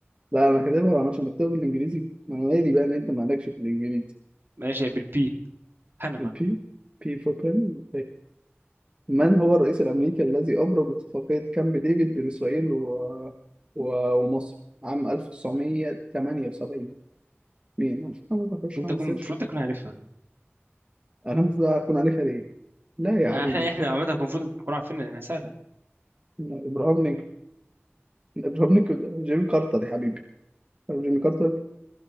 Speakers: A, on the right; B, on the right.
A: لا أنا كاتبها أنا عشان بكتبها بالإنجليزي ما أنا مالي بقى إن أنت مالكش في الإنجليزي
B: ماشي هي بالبي بنما
A: البي بي فور بن من هو الرئيس الأمريكي الذي أبرم اتفاقية كامب ديفيد بين إسرائيل و... و... ومصر عام 1978 مين؟ أنا ما بخش
B: المفروض
A: أعمل
B: اكون
A: سيرش
B: المفروض اكون عارفها
A: أنا المفروض أكون عارفها ليه؟ لا يا
B: احنا
A: حبيبي
B: احنا
A: طب
B: عامه كنا المفروض نكون عارفين انها سهله
A: ما إبراهام لينكولن إبراهام لينكولن ده جيمي كارتر يا حبيبي طب جيمي كارتر